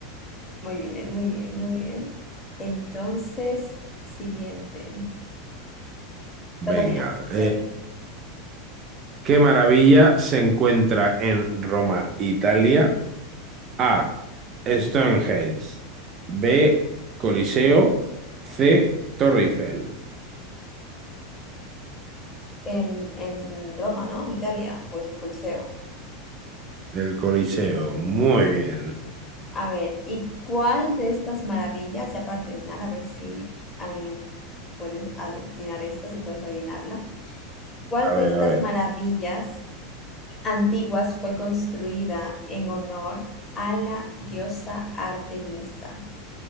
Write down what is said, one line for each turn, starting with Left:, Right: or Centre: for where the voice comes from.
Left: Muy bien, muy bien, muy bien. Entonces, siguiente.
Right: Venga.
Left: Toca a ti, ¿no?
Right: eh,
Left: Sí, a ti.
Right: ¿qué maravilla se encuentra en Roma, Italia? A. Stonehenge. B. Coliseo. C. Torre Eiffel.
Left: en, en Roma, ¿no? Italia, pues el Coliseo.
Right: El Coliseo. Muy bien.
Left: A ver, ¿y cuál de estas maravillas, ya para terminar, a ver si eh, puedes adivinar esta, si puedes adivinarla? ¿Cuál
Right: A
Left: de
Right: ver,
Left: estas
Right: a ver.
Left: maravillas antiguas fue construida en honor a la diosa Artemisa?